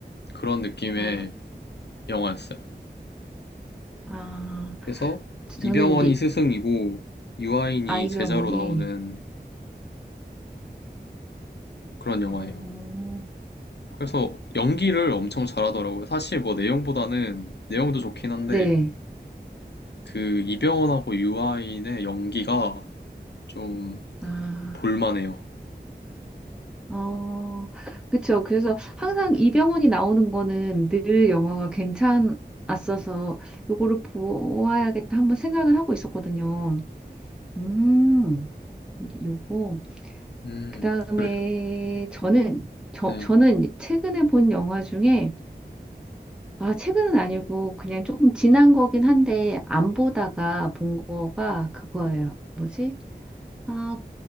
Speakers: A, on the left; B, in the centre.
A: 그런 느낌의
B: 아,
A: 영화였어요.
B: 아,
A: 그래서 이병헌이
B: 저는 이제
A: 스승이고 유아인이
B: 아이병원이
A: 제자로 나오는 그런 영화예요.
B: 어,
A: 그래서 연기를 엄청 잘하더라고요. 사실 뭐 내용보다는 내용도 좋긴 한데
B: 네.
A: 그 이병헌하고 유아인의 연기가 좀
B: 아,
A: 볼만해요.
B: 어, 그쵸. 그래서 항상 이병헌이 나오는 거는 늘 영화가 괜찮았어서 요거를 보아야겠다 한번 생각은 하고 있었거든요. 음, 요거.
A: 음,
B: 그다음에
A: 그래요?
B: 저는 저,
A: 네.
B: 저는 최근에 본 영화 중에 아, 최근은 아니고 그냥 조금 지난 거긴 한데 안 보다가 본 거가 그거예요. 뭐지? 아,